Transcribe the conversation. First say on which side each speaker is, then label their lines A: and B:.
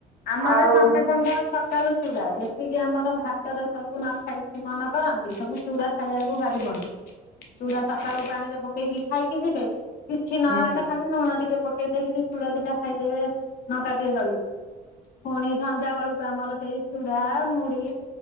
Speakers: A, on the left; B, on the right.
A: ଆମର
B: ଆଉ
A: ସମେତଙ୍କର ସକାଳୁ ଚୁଡ଼ା ଯେତିକି ଆମର ଭାତରେ ସବୁ ନ ଖାଇକି ମନ କରନ୍ତି ସବୁ ଚୁଡ଼ା ଖାଇବାକୁ ଭାରି ମନ
B: ହୁଁ ହଁ
A: ଚୁଡା ସକାଳୁ ପାଣି ରେ ପକେଇକି ଖାଇକି ଯିବେ କିଛି ନହେଲେ
B: ହୁଁ
A: ଖାଲି ଲୁଣ ଟିକେ ଦେଇକି ଚୂଡ଼ ଦଟା ଖାଇଦେବେ ନ କା ଟିକେ ଜଳିଯିବ ପୁଣି ସନ୍ଧ୍ୟା ବେଳକୁ ଆମର ସେଇ ଚୁଡା ମୁଢି